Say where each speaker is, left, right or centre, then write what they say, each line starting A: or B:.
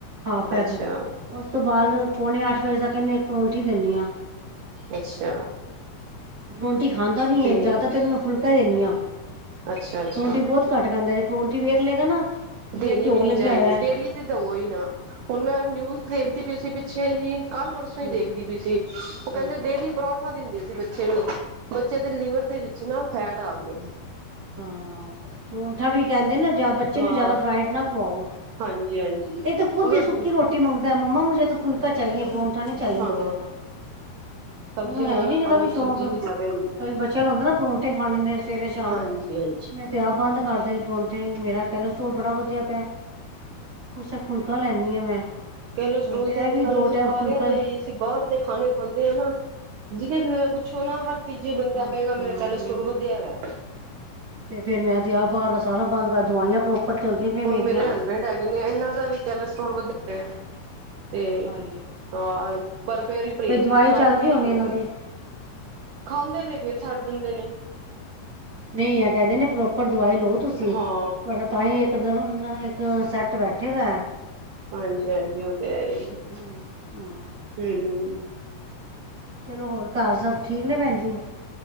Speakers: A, on the right (about 45°); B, on the right (about 70°).
A: ਹਾਫ ਏਗ਼
B: ਅੱਛਾ,
A: ਉਸ ਤੋਂ ਬਾਅਦ ਪੌਣੇ ਅੱਠ ਵਜੇ ਤੱਕ ਇਹਨੂੰ ਇੱਕ ਪਰੋਂਂਠੀ ਦਿੰਦੀ ਹਾਂ।
B: ਅੱਛਾ।
A: ਪਰੋਂਟੀ ਖਾਂਦਾ ਨੀ
B: ਠੀਕ,
A: ਹੈ ਜ਼ਿਆਦਾ ਤੇ ਇਹਨ ਮ ਫੁਲਕਾ ਹੀ ਦਿੰਦੀ ਹਾਂ।
B: ਅੱਛਾ, ਅੱਛਾ
A: ਪਰੌਂਠੀ ਬਹੁਤ ਘੱਟ ਖਾਂਦਾ ਜੇ ਪਰੋਂਂਠੀ ਵੇਖ ਲਏਗਾ ਨਾ।
B: ਦੇਣੀ
A: ਇਹ ਘਿਓ
B: ਵੀ ਨੀ
A: ਲੱਗਿਆ
B: ਚਾਹੀਦੀ
A: ਹੋਇਆ
B: ਡੇਲੀ ਤੇ ਦਵੋ ਹੀ ਨਾ ਹੁਣ ਮੈਂ ਨਿਊਜ਼ ਦੇਖਤੀ। ਵੀ ਸੀ ਪਿੱਛੇ ਹੀ ਕੱਲ੍ਹ ਪਰਸੋਂ
A: ਹੂੰ
B: ਹੀ ਦੇਖਦੀ ਪਈ ਸੀ ਉਹ ਕਹਿੰਦੇ
A: ਹੂੰ
B: ਡੇਲੀ ਪਰੌਠਾ ਦਿੰਦੇ ਸੀ। ਬੱਚੇ ਨੂੰ ਬੱਚੇ ਦੇ ਲਿਵਰ ਦੇ ਵਿੱਚ ਨਾ ਫੈਟ ਆ ਗਿਆ।
A: ਹਾਂ ਪਰਠਾ ਵੀ ਕਹਿੰਦੇ ਨਾ ਬੱਚੇ ਨੂੰ
B: ਹਾਂ,
A: ਜਿਆਦਾ ਫਰਾਈਡ ਨਾ ਖਵਾਓ।
B: ਹਾਂਜੀ ਹਾਂਜੀ
A: ਇਹ ਤਾਂ ਖੁਦ
B: ਅਗਰ।
A: ਹੀ ਸੁੱਕੀ ਰੋਟੀ ਮੰਗਦਾ ਮੰਮਾ ਮੁੇ ਤਾਂ ਫੁਲਕਾ ਚਾਹੀਏ ਪਰੋਂਠਾ ਨਹੀਂ ਚਾਹੀਏ ਮੁਝੇ
B: ਹਾਂ ਸਬਜ਼ੀ
A: ਇਹਨੂੰ
B: ਨਾਲ
A: ਹੈ ਹੀ ਨੀ ਜਿਹਦਾ
B: ਭਾਵੇਂ
A: ਵੀ ਸ਼ੌਕ
B: ਸਬਜ਼ੀ ਜਾਵੇ ਅੰਦਰ
A: ਕਈ ਬੱਚਿਆਂ ਨੂੰ ਹੁੰਦਾ ਹੈ ਨਾ ਪਰੌਂਠੇ ਖਾਣੇ ਨੇ ਸਵੇਰੇ ਸ਼ਾਮ
B: ਹਾਂਜੀ ਹਾਂਜੀ
A: ਮੈਂ ਤੇ ਆਹ ਬੰਦ ਕਰਦੇ ਨੇ ਪਰੌਂਠੇ ਮੇਰਾ ਕੈਸਟਰੋਲ ਬੜਾ ਵਧਿਆ ਪਿਆ ਕੁਛ ਫੁਲਕਾ ਲੈਦੀ ਹਾਂ ਮੈਂ
B: ਕਲੇਸਟ੍ਰੋਲ
A: ਹੁਣ ਤਾਂ
B: ਤੇ
A: ਇਹ
B: ਅੱਜ
A: ਵੀ
B: ਕੱਲ
A: ਦੋ
B: ਸਾਰਿਆਂ
A: ਟਾਈਮ ਫੁਲਕਾ
B: ਦੇ ਹੀ ਅਸੀਂ ਬਾਹਰ ਦੇ ਖਾਣੇ ਖਾਂਦੇ ਹ ਨਾ। ਜਿਥ ਪੁੱਛੋ ਨਾ ਹਰ ਤੀਜੇ ਬੰਦਾ
A: ਹਾਂ
B: ਕਹੇਗਾ ਮੇਰਾ
A: ਹਾਂਜੀ
B: ਕੈਸਟਰੋਲ ਵਧਿਆ ਹੈ।
A: ਤੇ ਫੇਰ ਮੈਂ ਤੇ ਆਹ ਬਾਹਰ ਦਾ ਸਾਰਾ ਬੰਦ ਕਰ ਦਵਾਈਆਂ
B: ਹਾਂ
A: ਪ੍ਰੋਪਰ ਚੱਲਦੀਆਂ ਪਈਆਂ ਮੇਰੀਆਂ
B: ਹੁਣ ਮੇਰੇ ਹਸਬੈਂਡ ਹੈਗੇ ਨੇ ਇਹਨਾਂ ਦਾ ਵੀ ਕੈਲਸਟਰੋਨ ਵਧਿਆ ਤੇ
A: ਹਾਂਜੀ
B: ਹਾਂ। ਪਰ ਫੇਰੀ ਪਰਹੇਜ਼
A: ਫਿਰ ਦਵਾਈ
B: ਨਹੀਂ
A: ਚੱਲ
B: ਆਦਮੀ
A: ਰਹੀ
B: ਨੀ
A: ਹੋਣੀ
B: ਕਰਦੇ
A: ਇਹਨਾਂ ਦੀ
B: ਖਾਂਦੇ ਨੇ ਫਿਰ ਛੱਡ ਦਿੰਦੇ ਨੇ
A: ਨਹੀਂ ਆ ਕਹਿੰਦੇ ਨੇ ਪ੍ਰੋਪਰ ਦਵਾਈ ਲਓ ਤੁਸੀਂ
B: ਹਾਂ
A: ਤੁਹਾਡਾ ਤਾਂ ਹੀ ਇੱਕ ਦਮ ਉਵੇਂ ਸੈੱਟ ਬੈਠੇਗਾ।
B: ਹਾਂਜੀ-ਹਾਂਜੀ ਉਹ ਤੇ ਹੈ ਹੀ ਹੈ।
A: ਹੂੰ ਹਾਂ।
B: ਹੂੰ,
A: ਚਲੋ ਹੋਰ ਘਰ ਸਭ ਠੀਕ ਨੇ ਭੈਣ ਜੀ?